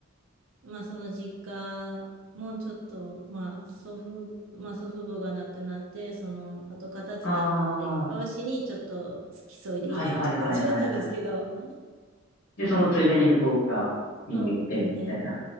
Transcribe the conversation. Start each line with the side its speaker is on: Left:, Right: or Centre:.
Right: まあその実家もちょっと、まあ祖父、まあ祖父母が亡くなって、その、あと片付けたりとかをしにちょっと付き添いで行く感じだったんですけど、
Left: ああ、はいはいはいはいはい。で、そのついでに福岡にも行ってみたいな
Right: そうですね。